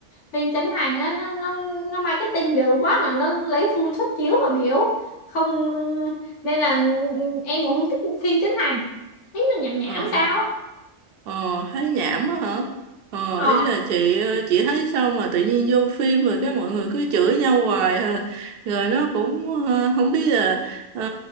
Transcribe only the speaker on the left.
phim Trấn Thành á nó, nó nó marketing dữ quá mà nó lấy full suất chiếu mà biểu không nên là em cũng không thích phim Trấn Thành thấy nó nhảm nhảm
sao á
ờ